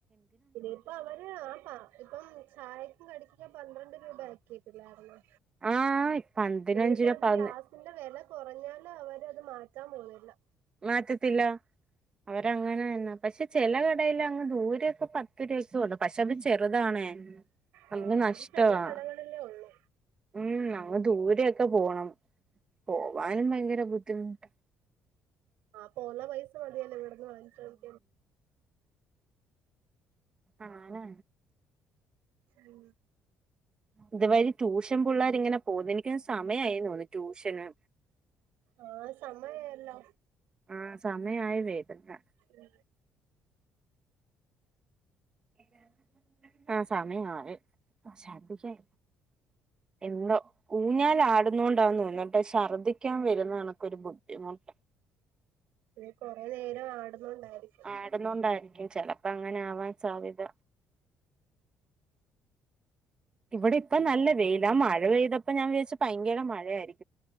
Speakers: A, on the right (about 85°); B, on the right (about 25°).
A: ഇനിയിപ്പൊ അവര് ആ പ ഇപ്പം ചായക്കും കടിക്കൊക്കെ പന്ത്രണ്ട് രൂപ ആക്കീട്ടില്ലായിരുന്നോ?
B: ആ പതിനഞ്ച്
A: ഇനിയിപ്പ
B: രൂപ
A: അത്
B: പതി
A: ഗ്യാസിന്റെ വെല കൊറഞ്ഞാലു അവരത് മാറ്റാൻ പോന്നില്ല.
B: മാറ്റത്തില്ല. അവരങ്ങനെ തന്നാ. പക്ഷെ ചെല കടയില് അങ്ങ് ദൂരെ ഇപ്പൊ പത്ത് രൂവക്കൂണ്ട്. പക്ഷെ അത് ചെറുതാണ്.
A: ആ
B: നമുക്ക് നഷ്ടവാ.
A: അത് ചില കടകളിലേ ഉള്ളൂ
B: ഉം അങ്ങ് ദൂരൊക്കെ പോണം. പോവാനും ഭയങ്കര ബുദ്ധിമുട്ട
A: ആഹ് പോന്ന പൈസ മതിയല്ലോ ഇവിടുന്ന് വാങ്ങിച്ചൊട്ക്കാൻ.
B: ആന
A: ഉം.
B: ഇതുവഴി ട്യൂഷൻ പുള്ളേര് ഇങ്ങനെ പോന്ന്. എനിക്ക് തോന്നു സമയായി തോന്നുന്ന് ട്യൂഷന്.
A: ആഹ് സമയായല്ലോ.
B: ആ സമയായി വരുന്ന്
A: ഉം.
B: എത ആഹ് സമയായി. ഓഹ് ശർദ്ധിക്കാൻ. എന്തോ. ഊഞ്ഞാലാടുന്നോണ്ടാ തോന്ന്, ശർദ്ദിക്കാൻ വരുന്ന കണക്ക് ഒരു ബുദ്ധിമുട്ട്.
A: നീ കൊറെ നേരം ആടുന്നോണ്ടായിരിക്കും.
B: ആടുന്നോണ്ടായിരിക്കും ചെലപ്പോ അങ്ങനെ ആവാൻ സാധ്യത. ഇവിടെ ഇപ്പം നല്ല വെയിലാ. മഴ പെയ്തപ്പോ ഞാൻ വിചാരിച്ചു ഭയങ്കര മഴയായിരി